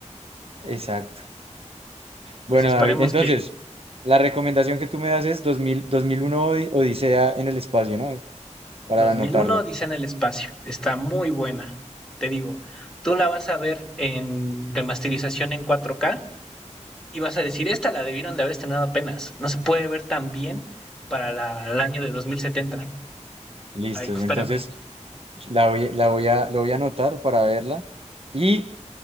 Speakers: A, on the right (about 50°); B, in the centre.
A: Exacto. Bueno,
B: Pues esperemos
A: David, entonces,
B: que
A: la recomendación que tú me das es dos dos mil dos mil uno Odi- Odisea en el espacio, ¿no? Para
B: 2001,
A: anotarlo.
B: Odisea en el espacio. Está muy buena. Te digo, tú la vas a ver en remasterización en 4K y vas a decir, esta la debieron de haber estrenado apenas. No se puede ver tan bien para la, el año de 2070.
A: Listos.
B: Ay, espérame.
A: Entonces, La voy, la voy a, lo voy a anotar para verla. Y